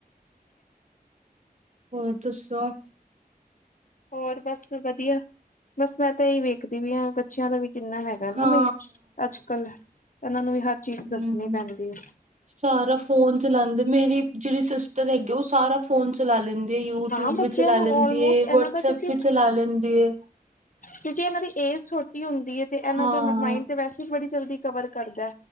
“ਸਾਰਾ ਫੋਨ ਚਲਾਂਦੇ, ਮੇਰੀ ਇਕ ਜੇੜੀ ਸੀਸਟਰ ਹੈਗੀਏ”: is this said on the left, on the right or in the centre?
Right